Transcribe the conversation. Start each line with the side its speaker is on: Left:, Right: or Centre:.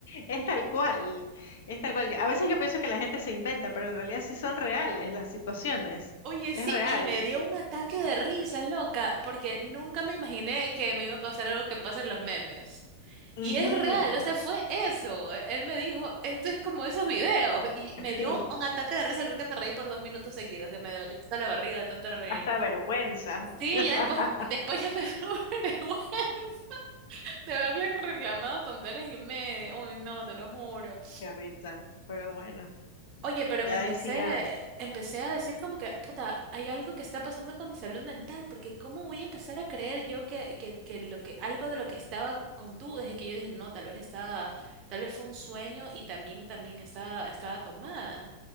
Left: Es tal cual, es tal cual. A veces yo pienso que la gente se inventa, pero en realidad sí son reales las situaciones.
Right: Oye,
Left: Es
Right: sí,
Left: real.
Right: y me dio un ataque de risa loca, porque nunca me imaginé que me iba a pasar algo que pasa en los memes.
Left: Ujú,
Right: Y es real, o sea, fue eso. Él me dijo, esto es como esos videos. Y me dio
Left: Sí,
Right: un ataque de risa, creo que me reí por dos minutos seguidos, que me dolió hasta la barriga de tanto reírme.
Left: hasta vergüenza.
Right: Sí,
Left: <laughs>
Right: ya después, después ya me dio <laughs> vergüenza de haberles reclamado tonteras y media. Uy, no, te lo juro.
Left: Qué risa, pero bueno,
Right: Oye, pero
Left: ya
Right: me empecé,
Left: ahí sí ya.
Right: empecé a decir como que, puta, hay algo que está pasando con mi salud mental, porque ¿cómo voy a empezar a creer yo que, que, que lo que, algo de lo que estaba con dudas es que yo dije, no, tal vez estaba, tal vez fue un sueño y también, también estaba, estaba tomada.